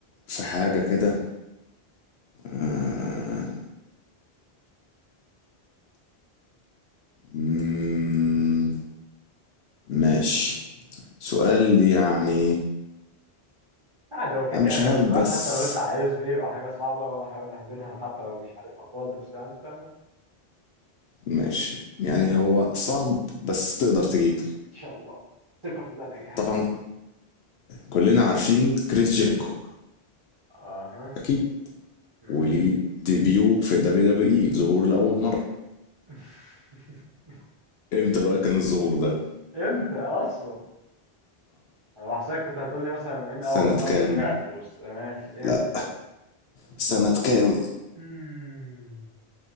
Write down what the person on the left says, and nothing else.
في حاجة كده آه مم، ماشي سؤال يعني
أنا
مش
عارف
بس
ماشي يعني هو صعب بس تقدر تجيبه
طبعا كلنا عارفين كريس جيريكو
أكيد
وليه ديبيو في دبليو دبليو اي ظهور لأول مرة
امتى بقى كان الظهور ده
سنة
كام
لا
سنة كام